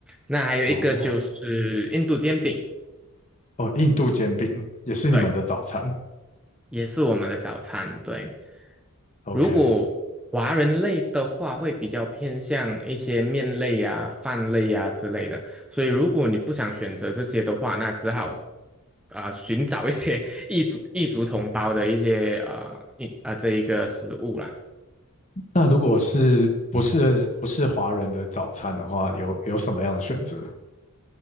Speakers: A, in the centre; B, on the left.
A: 那还有一个就是印度煎饼。
B: 哦，哦，印度煎饼也是你们的早餐。
A: 对。也是我们的早餐。对，
B: OK，
A: 如果华人类的话，会比较偏向一些面类啊、饭类啊之类的。所以，如果你不想选择这些的话，那只好啊、呃寻找一些 <laughs> 异族异族同胞的一些呃一啊、呃这一个食物啦。
B: 那如果是不是不是华人的早餐的话，有有什么样的选择？